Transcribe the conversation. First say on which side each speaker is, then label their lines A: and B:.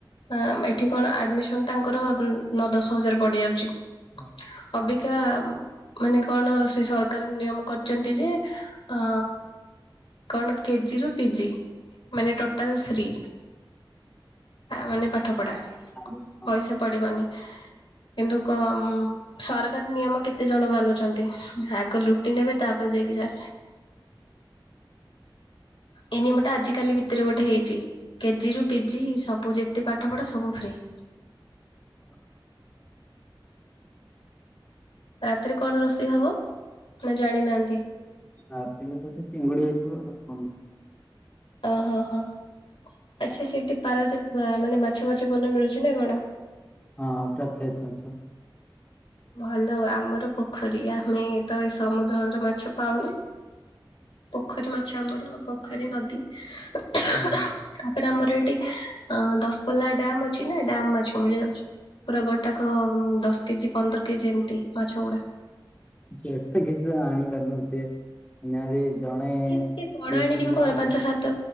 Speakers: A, on the left; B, on the left.
A: ହ ଏଠି କଣ ଆଡମିସନ ତାଙ୍କର ନଅ ଦଶ ହଜାର ପଡିଯାଉଛି।
B: <inaudible>
A: ଅବିକା ମାନେ କଣ ସେ ସରକାର ନିୟମ କରିଛନ୍ତି ଯେ ଅ କଣ କେଜି ରୁ ପିଜି ମାନେ ଟୋଟାଲ ଫ୍ରିରି। ମାନେ ପାଠ ପଢା।
B: ଆଉ କଣ?
A: ପଇସା ପଡିବନି କିନ୍ତୁ କମ ସରକାର ନିୟମ କେତେ ଜଣ ମାନୁଛନ୍ତି ଆଗ ଲୁଟି ନେବେ ତାପରେ ଯାଇକି ଯା। ଏଇ ନିୟମ ଟା ଆଜିିକାଲି ଭିତରେ ଗୋଟେ ହେଇଛି। କେଜି ରୁ ପିଜି ସବୁ ଯେତେ ପାଠ ପଢ ସବୁ ଫ୍ରିରି।
B: <inaudible>
A: ରାତିରେ କଣ ରୋଷେଇ ହବ ନା ଜାଣି ନାହାନ୍ତି।
B: ରାତିରେ ତ ସେ ଚିଙ୍ଗୁଡି ହେଇଥିବ କ
A: ଓହୋ ହଁ ଆଚ୍ଛା ସେଠି ପାରାଦ ମାନେ ମାଛ ଫାଛ ଭଲ ମିଳୁଛି ନା କଣ?
B: ହଁ ପୁରା ଫ୍ରେଶ ମାଛ।
A: ଭଲ ଆମର ପୋଖରୀ ଆମେ ତ ଏଇ ସମୁଦ୍ରର ମାଛ ପାଉନୁ।
B: <inaudible>
A: ପୋଖରୀ ମାଛ ଆମର ପୋଖରୀ ନଦୀ। <inaudible>
B: <inaudible>
A: ତାପରେ ଆମର ଏଠି ଅ ଦଶପଲ୍ଲା ଡାମ ଅଛି ନା ଡାମ ମାଛକୁ ମିଳି ଯାଉଛି। ପୁରା ଗୋଟାକ ଦଶ କେଜି ପନ୍ଦର କେଜି ଏମିତି ମାଛ ଗୁଡା।
B: <unintelligible>
A: ଏତେ ବଡ
B: ଦି
A: ଆଣିକ
B: ତିନି
A: ବି
B: ଜଣ
A: ଘର
B: ମିଶି
A: ପାଞ୍ଚ ସାତ